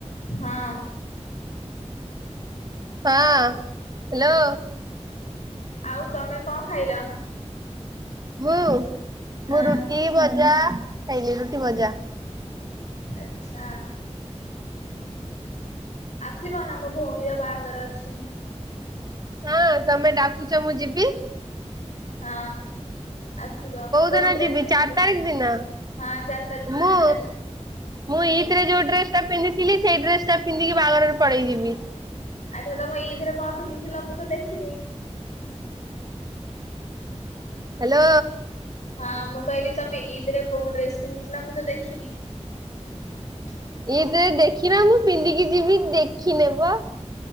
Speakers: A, on the left (about 85°); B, on the right (about 35°).
A: ।ହଁ।
B: ହଁ ହାଲୋ।
A: ଆଉ ତମେ କଣ ଖାଇଲ?
B: ମୁଁ
A: ହଁ
B: ମୁଁ ରୁଟି ଭଜା ଖାଇଲିି ରୁଟି ଭଜା।
A: ଆଛା। ଆସିବ ନା ଆମ ଭଉଣୀର ବାହାଘର ଅଛି।
B: ହଁ! ତମେ ଡାକୁଛ ମୁଁ ଯିବି।
A: ହଁ ଆ ସିବା କୋଉ
B: ଦିନ
A: ଡ୍ରେସ
B: ଯିବି
A: ପିନ୍ଧିବା
B: ଚାରି ତାରିଖ ଦିନ
A: ହଁ ଚାରି ତାରିଖ
B: ମୁଁ
A: ଦିନ ଆସିବ
B: ମୁଁ ଇଦରେ ଯୋଉ ଡ୍ରେସଟା ପିନ୍ଧିଥିଲି ସେଇ ଡ୍ରେସଟା ପିନ୍ଧିକି ବାଘରରେ ପଳେଇ ଯିବି ।
A: ଆଚ୍ଛା ତମ ଇଦିରେ କଣ ପିନ୍ଧିଥିଲ ମୁଁ ତ ଦେଖିନି?
B: ହାଲୋ!
A: ହଁ ମୁଁ କହିଲି ତମେ ଇଦରେ କୋଉ ଡ୍ରେସ ପିନ୍ଧିଥିଲା ମୁଁ ତ ଦେଖିନି ।
B: ଇଥିରେ ଦେଖିନ ମୁଁ ପିନ୍ଧିକି ଯିବି ଦେଖିନେବ ।